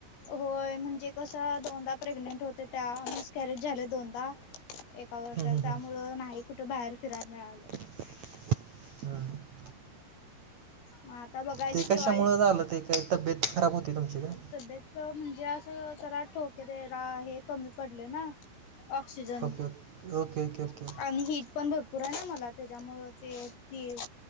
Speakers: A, on the left (about 85°); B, on the right (about 60°).
A: होय म्हणजे कसं दोनदा प्रेग्नेंट होते त्या मिस कॅरेज झाल्या दोनदा एका वर्षा
B: हम्म
A: त्यामुळं
B: हम्म.
A: नाही कुठे बाहेर फिराय मिळालं.
B: हम्म.
A: म आता बघायची
B: ते
A: दिवाळीत.
B: कशामुळं झालं तेक ते तब्येत खराब होती तुमची का?
A: तब्येत म्हणजे असं जरा ठोके दे रा हे कमी पडले ना. Oxygen
B: okay okay okay okay okay okay
A: आणि हिट पण भरपुर आहे ना मला त्याच्यामुळं ते तिळ